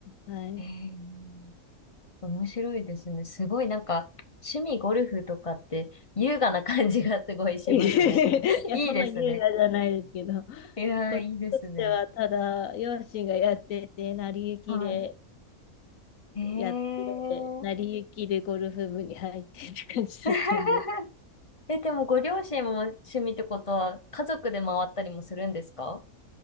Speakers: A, on the left; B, on the left.
A: はい。
B: い。えー、面白いですね。すごいなんか、趣味ゴルフとかって優雅な感じがすごいしますね。
A: いや、
B: <laughs> いいですね。
A: そんな優雅じゃないですけど、
B: いやー、
A: こっちとしては、
B: いいですね。
A: ただ、両親がやってて、成り行きで、
B: はい。えー、
A: やって、成り行きでゴルフ部に入ってって感じだったんで。
B: <laughs> え、でもご両親も趣味ってことは家族で回ったりもするんですか